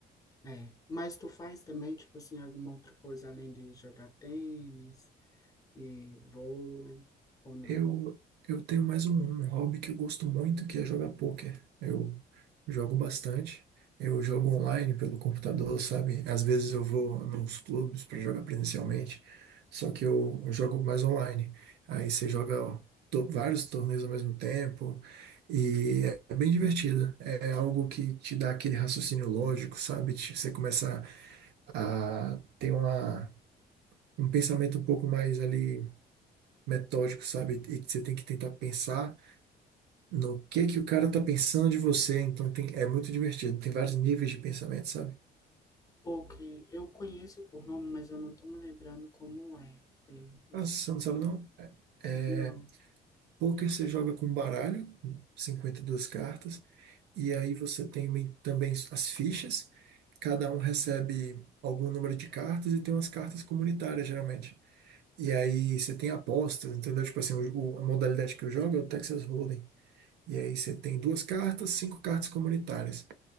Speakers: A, on the left; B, on the right.
A: É. Mas tu faz também, tipo assim, alguma outra coisa além de jogar tênis e vôlei, ou não?
B: Eu, eu tenho mais um, um hobby que eu gosto muito, que é jogar pôquer. Eu jogo bastante. Eu jogo online pelo computador, sabe? Às vezes eu vou nos clubes para jogar presencialmente, só que eu jogo mais online. Aí você joga ó, to- vários torneios ao mesmo tempo e é bem divertido. É algo que te dá aquele raciocínio lógico, sabe? Te- Você começa a ter uma, um pensamento um pouco mais ali metódico, sabe? E você tem que tentar pensar no que que o cara tá pensando de você. Então tem, é muito divertido. Tem vários níveis de pensamento, sabe?
A: Ou que eu conheço por nome, mas eu não tô me lembrando como é. É, esse
B: Ah, você
A: tipo,
B: não sabe
A: de-
B: não? É,
A: não.
B: é, poker você joga com baralho, 52 cartas, e aí você tem me- também as fichas. Cada um recebe algum número de cartas e tem umas cartas comunitárias, geralmente. E aí você tem apostas, entendeu? Tipo assim, o, o- a modalidade que eu jogo é o Texas Hold'em. E aí você tem duas cartas, cinco cartas comunitárias.